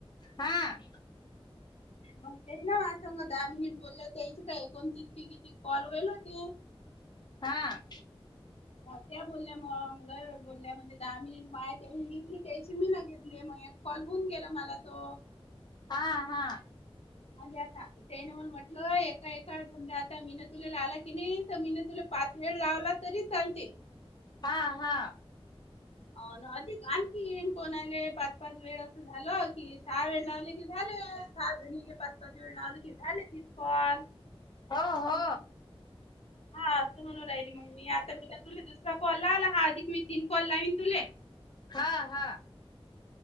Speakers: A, on the left; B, on the left.
A: हा
B: म ते ना माझ सांग दहा मिनिट बोललं त्यायची काय एकोणतीस त किती कॉल होईल होते
A: हा
B: त्या बोलल्या मग लय वेळ बोलल्या मंजे दाहा मीनीट माया घेतले तैशी मीनं घेतले मग कॉल होऊन गेला मला तो
A: हा हा
B: ह्या सांग तेन म म्हटलं एका एका समजा आता मीनं तुला लावला की नाही तर मीनं तुला पाच वेळ लावला तरी चालते
A: हा हा
B: हो ना अधिक आणखीन कोनाले पाच पाच वेळ अस झाल की सहा वेळा लावले की झालं सहा जनींना पाच पाच वेळा लावलं की झाले तीस कॉल
A: हो हो
B: हा असं म्हणू राहिले मगं मी आता मी ना तुले दुसरा कॉल लावला हा अधिक मी तीन कॉल लाविन तुले
A: हा हा